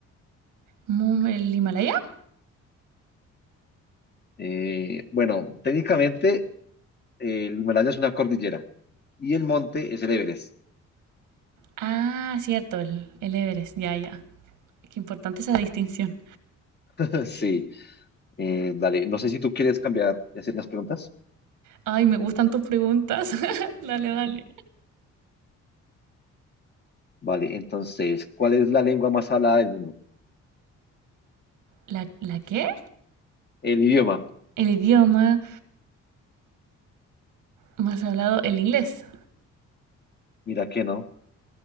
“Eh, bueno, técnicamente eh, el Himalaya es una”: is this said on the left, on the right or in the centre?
Left